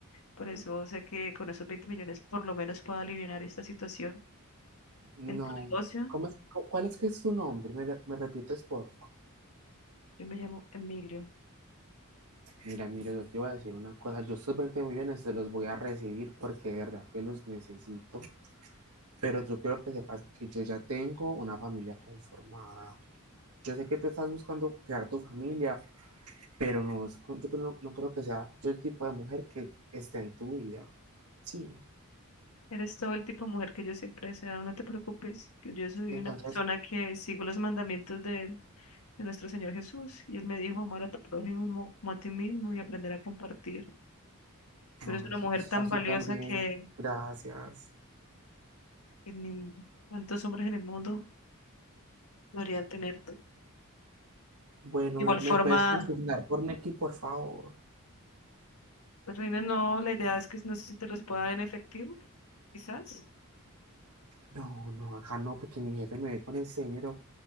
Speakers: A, on the left; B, on the right.
A: Por eso sé que con esos 20 millones por lo menos puedo aliviar esta situación.
B: No,
A: en tu negocio.
B: ¿Cómo es- ¿cuál es que es tu nombre? ¿Me, me repites, porfa?
A: Yo me llamo Emilio.
B: Mira, Emilio, yo te iba a decir una cosa. Yo estos 20 millones se los voy a recibir porque de verdad que los necesito. Pero yo quiero que sepas que yo ya tengo una familia conformada. Yo sé que tú estás buscando crear tu familia, pero no, es yo no, no creo que sea yo el tipo de mujer que esté en tu vida. Sí,
A: Eres todo el tipo de mujer que yo siempre he deseado. No te preocupes, que yo soy
B: entonces,
A: una persona que sigo los mandamientos de, de nuestro Señor Jesús. Y Él me dijo amar a tu prójimo como a ti mismo y aprender a compartir. Tú
B: no,
A: eres una
B: eso,
A: mujer
B: eso
A: tan
B: está súper
A: valiosa
B: bien.
A: que,
B: Gracias.
A: que ni tantos hombres en el mundo podrían tenerte. De
B: Bueno,
A: igual
B: ¿me, me
A: forma,
B: puedes consignar por Nequi, por favor?
A: pues, Reina, no, la idea es que no sé si te los pueda dar en efectivo, quizás.
B: No, no, acá no, porque mi jefe me ve con ese dinero